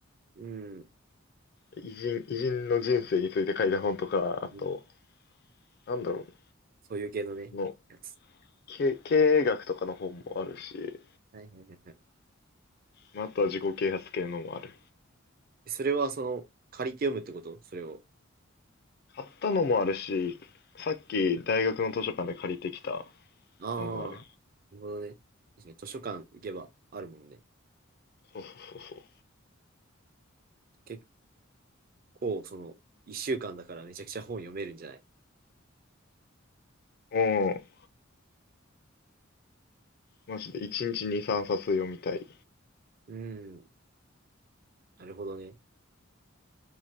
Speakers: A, on the right; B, on the left.
A: うん。
B: 偉人、偉人の人生について書いた本とか、あと、
A: うん
B: なんだろう、
A: そういう系のね、
B: その、
A: やつ。
B: 経経営学とかの本もあるし、
A: はいはいはいはい。
B: まああとは自己啓発系のもある。
A: えそれはその借りて読むってことそれを。
B: 買ったのもあるし、さっき大学の図書館で借りてきた
A: あ
B: のもある。
A: あ、なるほどね。確かに図書館行けばあるもんね。
B: そうそうそう
A: 結構その1週間だからめちゃくちゃ本読めるんじゃない
B: そう。うん。マジで1日2、3冊読みたい。
A: うん、なるほどね。